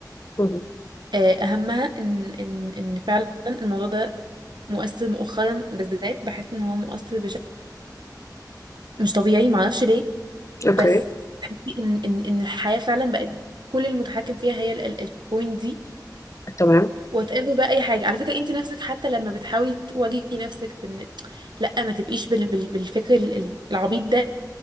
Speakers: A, on the left; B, on the right.
A: مم.
B: آه، اهمها ان ان ان فعلا الموضوع ده مؤثر مؤخرا بالذات بحس ان هو مؤثر بشكل مش طبيعي معرفش ليه
A: اوكي
B: بس تحسي ان ان ان الحياة فعلا بقت كل المتحكم فيها هي البوينت دي
A: تمام
B: وات ايفر بقى اي حاجه على فكره انت نفسك حتى لما بتحاولي تواجهي نفسك بان لا ما تبقيش بال... بال... بالفكر ال- ال- العبيط ده